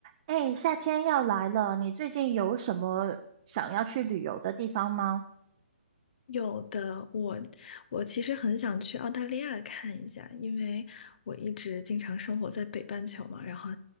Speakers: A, on the right; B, on the left.
A: 哎，夏天要来了，你最近有什么想要去旅游的地方吗？
B: 有的，我我其实很想去澳大利亚看一下，因为我一直经常生活在北半球嘛，然后，